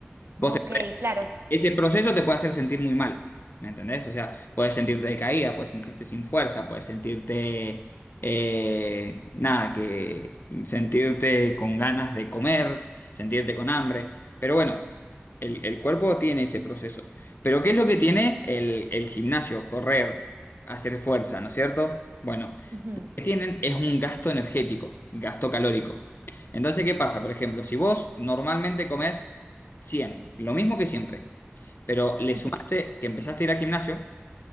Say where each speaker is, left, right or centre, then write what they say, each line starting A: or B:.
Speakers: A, on the left (about 50°); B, on the right (about 65°).
A: Vos
B: Ok, claro,
A: ese proceso te puede hacer sentir muy mal, ¿me entendés? O sea, puedes sentirte decaída, puedes sentirte sin fuerza, puedes sentirte, eh, nada, que sentirte con ganas de comer, sentirte con hambre, pero bueno, el, el cuerpo tiene ese proceso. Pero ¿qué es lo que tiene el, el gimnasio? Correr, hacer fuerza, ¿no es cierto? Bueno,
B: ujú,
A: que tienen es un gasto energético, gasto calórico. Entonces, ¿qué pasa? Por ejemplo, si vos normalmente comés 100, lo mismo que siempre, pero le
B: ujú.
A: sumaste que empezaste a ir al gimnasio,